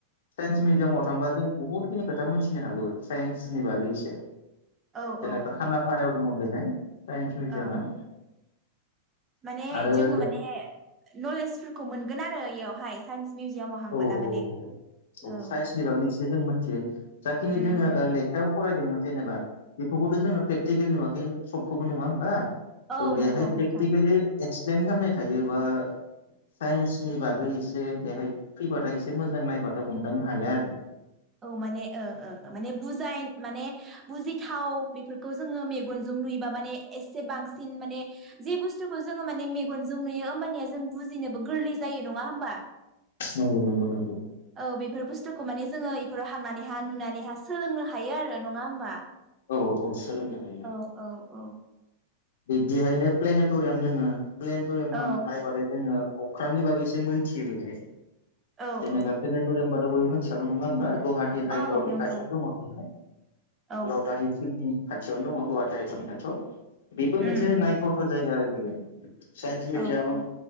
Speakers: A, on the left (about 80°); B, on the right (about 20°).
A: साइन्स मिउजियामाव थांबा जों बुहुत। खिनि खोथा मिथिनो हागौ साइन्सनि बागै एसे।
B: औ औ
A: खाना फारायाव दं बेहाय साइन्स मिउजियामा
B: ओ माने
A: आरो
B: जोङो माने नलेजफोरखौ मोनगोन आरो यावहाय साइन्स मिउजियामाव हांबोला
A: औ औ
B: माने
A: औ
B: औ
A: साइन्सनि बागै जों मोनथि जाखिनि
B: उम
A: जोङो ओ
B: उम
A: लेखायाव फरायदोंमोन जेनेबा बेखौबोथ' जोङो प्रेकटिकेल नुवाखै सबखौबो नङा होमबा त'
B: औ
A: बेहाय
B: नंगौ
A: प्रेक्टिकलि
B: नोंथां
A: एक्सप्लेन खालामनाय थायोबा साइन्सनि बागै एसे बेहाय फैबाथाय एसे मोजां नायबाथाय हमदांनो हायो आरो
B: औ माने माने ओ ओ बुजाय माने बुजिथाव बेफोरखौ जोङो मेगनजों नुयोबा माने एसे बांसिन माने जे बुस्थुखौ जोङो माने मेगनजों नुयो होमबानिया जों बुजिनोबो गोरलै जायो नङा होमबा
A: नंगौ नंगौ नंगौ
B: औ बेफोर बुस्थुखौ माने जोङो इफोराव हांनानैहा नुनानैहा सोलोंनो हायो आरो नङा होमबा
A: औ औ सोलोंनो हायो न
B: औ औ औ
A: बिब्दिहायनो प्लेनट'रियाम दोङो प्लेन'टरियाम थां
B: औ
A: नायबाथाय जोङो अख्रांनि बागैसो मोनथियो बेहाय
B: औ
A: <unintelligible> सागु
B: औ
A: नङा होनबा गुवाहाटि हाइकर्टनि
B: औ औ नंगौ
A: खाथियावनो दङ बियो <unintelligible>
B: औ
A: खाथियावनो दंङ गुवाहाटी हाय कत नि खाथियाव बेबो मोनसे
B: उम उम
A: नायथावथाव जायगा आरो <unintelligible> साइन्स मिउजियाम
B: औ औ